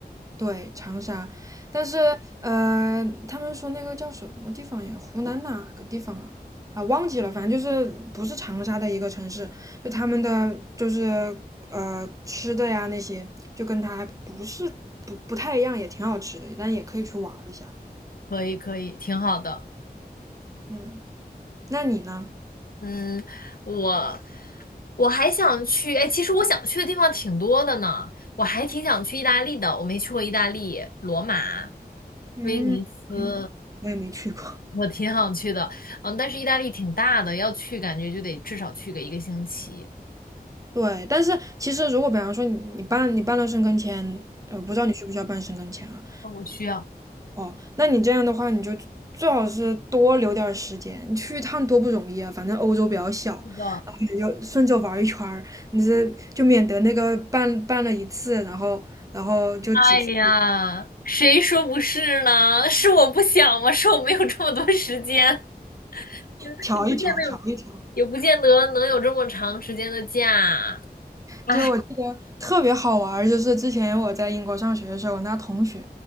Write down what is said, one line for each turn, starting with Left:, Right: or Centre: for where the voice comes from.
Right: 对，长沙，呃，他们说那个叫什么地方呀？湖南哪个地方啊？啊，忘记了，反正就是不是长沙的一个城市，就他们的就是呃吃的呀那些，就跟它还不是不不太一样，也挺好吃的，但也可以去玩儿一下。
Left: 可以可以，挺好的。
Right: 嗯，那你呢？
Left: 嗯，我我还想去，哎，其实我想去的地方挺多的呢，我还挺想去意大利的，我没去过意大利，罗马、
Right: 嗯，
Left: 威尼斯，
Right: 嗯，我也没去过。
Left: 我挺想去的。嗯，但是意大利挺大的，要去感觉就得至少去个一个星期。
Right: 对，但是其实如果比方说你你办你办了生根签，呃，不知道你需不需要办生根签啊？
Left: 哦，我需要。
Right: 哦，那你这样的话，你就最好是多留点儿时间，你去一趟多不容易啊。反正欧洲比较小，然后你就顺着玩一圈儿，
Left: 是的。
Right: 你这就免得那个办办了一次，然后然后就只去
Left: 哎呀，谁说不是呢？是我不想吗？是我没有这么多时间，<laughs>
Right: 调一调，
Left: 也不见得有，
Right: 调一调。
Left: 也不见得能有这么长时间的假。哎，
Right: 就我记得特别好玩儿就是之前我在英国上学的时候，我那同学，